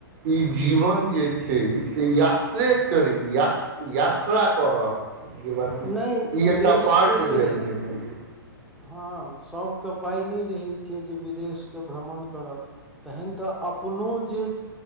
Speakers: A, on the right; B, in the centre.
A: ई जीवन जे छै से यात्रे करी यात्र यात्रा कऽ रहल छी जीवनमे
B: नहि
A: ई
B: विदेशके
A: एकटा पार्ट
B: लेल
A: भेल जिन्दगी
B: हँ सभ कऽ पाइ नै रहै छै जे विदेश कऽ भ्रमण करत तहन तऽ अपनो जे